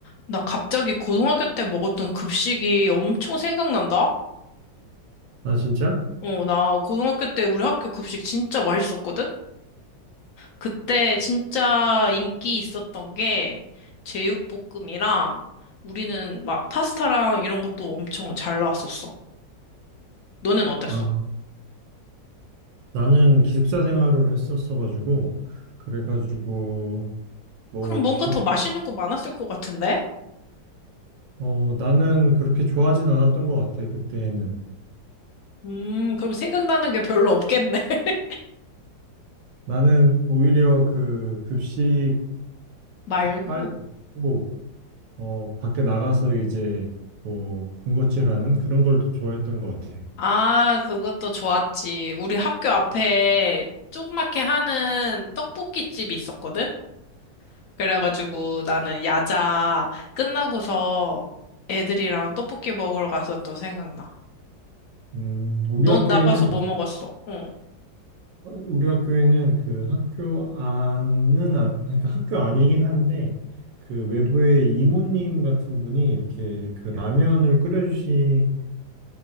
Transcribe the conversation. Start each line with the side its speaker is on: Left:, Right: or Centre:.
Left: 나 갑자기 고등학교 때 먹었던 급식이 엄청 생각난다?
Right: 나 진짜?
Left: 어, 나 고등학교 때 우리 학교 급식 진짜 맛있었거든? 그때 진짜 인기 있었던 게 제육볶음이랑 우리는 막 파스타랑 이런 것도 엄청 잘 나왔었어. 너넨 어땠어?
Right: 아, 나는 기숙사 생활을 했었어가지고, 그래가지고, 뭐,
Left: 그럼 뭔가
Right: 기,
Left: 더 맛있는 거 많았을 것 같은데?
Right: 어, 나는 그렇게 좋아하진 않았던 것 같아, 그때는.
Left: 음, 그럼 생각나는 게 별로 없겠네. <laughs>
Right: 나는 오히려 그 급식을
Left: 말고.
Right: 빨리 먹고, 어, 밖에 나가서 이제, 뭐, 군것질하는 그런 걸 더 좋아했던 것 같아.
Left: 아, 그것도 좋았지. 우리 학교 앞에 조그맣게 하는 떡볶이집이 있었거든? 그래가지고 나는 야자 끝나고서 애들이랑 떡볶이 먹으러 갔었던 생각나.
Right: 음, 우리
Left: 넌
Right: 학교에는
Left: 나가서 뭐 먹었어? 응.
Right: 우리 학교에는 그 학교 안은 아, 그러니까 학교 아니긴 한데 그 외부의 이모님 같은 분이 이렇게 그 라면을 끓여주시는데